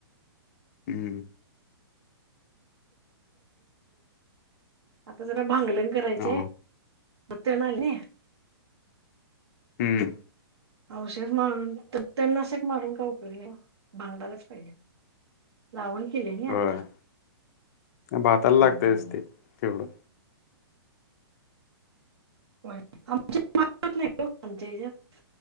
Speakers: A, on the left; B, on the right.
A: हम्म.
B: आता जरा भांगलण करायचय.
A: हा
B: म तेन आले.
A: हम्म.
B: औषध मारून. तन नाशक मारून काय उपयोग नाही ओ. बांगडालाच पाहिजे. लावण केले नि आता.
A: होय भाताला
B: हम्म.
A: लागतयच ते. तेवड.
B: होय. आमच्या <unintelligible> नाही ओ. आमच्या हेज्यात.